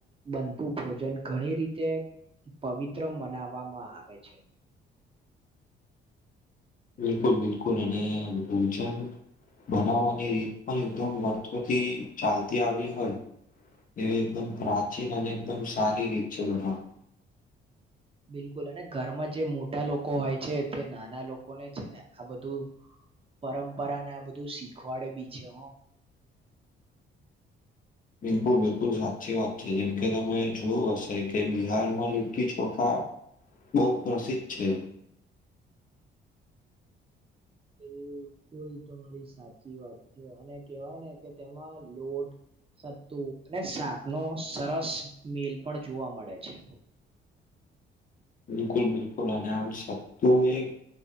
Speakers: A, on the right; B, on the left.
A: બનતું ભોજન ઘણી રીતે પવિત્ર મનાવવામાં આવે છે.
B: બિલકુલ બિલકુલ અને અનુભવ વિ બનાવવાની રીત પણ એકદમ વર્થોથી ચાલતી આવી હોય. એ એકદમ પ્રાચીન અને એકદમ સારી રીત છે, બનાવવાની
A: બિલકુલ અને ઘરમાં જે મોટા લોકો હોય છે. તે નાના લોકોને છે ને આ બધું પરંપરા ને આ બધું શીખવાડે બી છે. હ
B: બિલકુલ બિલકુલ સાચી વાત છે, જેમકે તમે જોયું હશે કે બિહારમાં લીટી ચોખા બહુ પ્રસિદ્ધ છે.
A: બિલકુલ તમારી સાચી વાત છે, અને કેવાય ને કે તેમાં લોટ સત્તુ અને શાક નો સરસ મિલ પણ જોવા મળે છે.
B: બિકુલ બિકુલ અમ સત્તુ એક